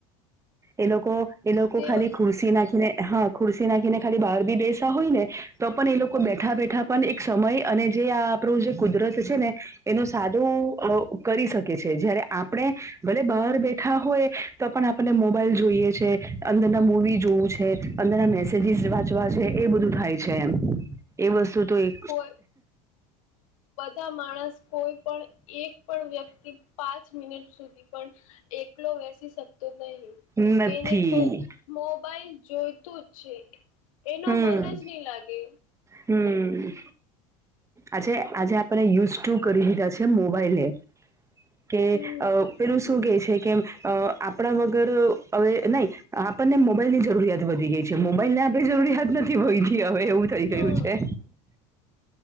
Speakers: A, on the right; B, on the left.
A: એ લોકો એ લોકો
B: જે
A: ખાલી ખુશ સી નાખીને હા ખુરશી નાખીને ખાલી બહાર બી બેસા હોય ને તો પણ એ લોકો બેઠા બેઠા પણ એક સમય અને જે આ આપણું જે કુદરત છે ને એનું સાદો કરી શકે છે જ્યારે આપણે ભલે બહાર બેઠા હોય તો પણ આપણને મોબાઈલ જોઈએ છે. અંદરના મૂવી જોવું છે અંદરના મેસેજીસ વાંચવા છે એ બધું થાય છે એમ. એ વસ્તુ તો એ
B: કોઈ બધા માણસ કોઈ પણ એક પણ વ્યક્તિ પાંચ મિનિટ સુધી પણ એકલો બેસી શકતો નહી.
A: નથી
B: એને કો મોબાઈલ જોઈતું જ છે એનું
A: હમ
B: મન જ નહી લાગે.
A: હમ આજે આજે આપડે યુઝ ટુ કરી લીધા છે મોબાઈલે કે
B: હમ
A: અ પેલું શું કેહે છે કેમ અ આપડા વગર હવે નહી આપણને મોબાઈલ ની જરૂરિયાત વધી ગઈ છે મોબાઈલના કઈ જરૂરિયાત નથી ભયથી હવે એવું થઈ
B: હા
A: ગયું છે